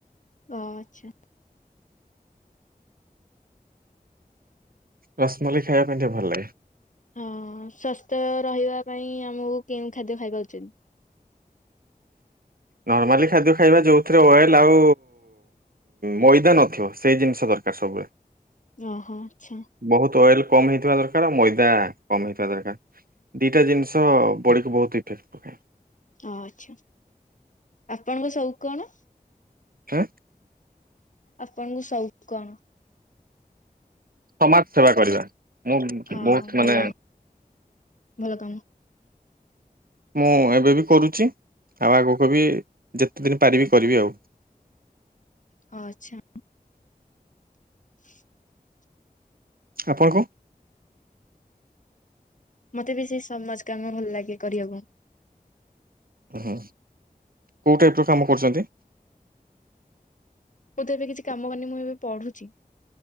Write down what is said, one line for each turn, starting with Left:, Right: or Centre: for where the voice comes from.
Left: ଓ ଆଚ୍ଛା।
Right: ରସମଲେଇ ଖାଇବା ପାଇଁ ଟିକେ ଭଲ ଲାଗେ
Left: <unintelligible> ସୁସ୍ଥ ରହିବା ପାଇଁ ଆମକୁ କେଉଁ ଖାଦ୍ୟ ଖାଇବା ଉଚିତ?
Right: ନର୍ମାଲି ଖାଦ୍ୟ ଖାଇବା ଯୋଉଥିରେ ଅଏଲ ଆଉ ମଇଦା ନଥିବ ସେଇ ଜିନିଷ ତକ। ସବୁବେଳେ
Left: ଓହୋ ଆଚ୍ଛା
Right: ବହୁତ ଅଏଲ କମ ହେଇଥିବା ଦରକାର ମଇଦା ନା କମହେଇଥିବା ଦରକାର ଦିଟା ଜିନିଷ ପଡିକି ବହୁତ ଇଫେକ୍ଟ ପକାଏ।
Left: ଓ ଆଚ୍ଛା। ଆପଣ ସୋଉକ କଣ?
Right: ହା?
Left: ଆପଣଙ୍କ ସୋଉକ କଣ?
Right: ସମାଜ ସେବା କରିବା ମୁଁ
Left: ଅ
Right: ବହୁତ
Left: ଭଲ
Right: ମାନେ
Left: ଭଲ କାମ
Right: <inaudible> ମୁଁ ଏବେ ବି କରୁଛି ଆଉ ଆଗକୁ ବି ଯେତେ ଦିନ ପାରିବି କରିବି ଆଉ। <inaudible>
Left: ହଁ ଆଚ୍ଛା। <inaudible>
Right: ଆପଣଙ୍କ?
Left: ମତେ ବି ସେଇ ସମାଜ କାମ ଭଲ ଲାଗେ କରିବାକୁ।
Right: ହୁଁ କୋଉ ଟାଇପର କାମ କରୁଛନ୍ତି?
Left: ମୁଁ ତ ଏବେ କିଛି କାମ କରିନି ମୁଁ ଏବେ ପଢୁଛି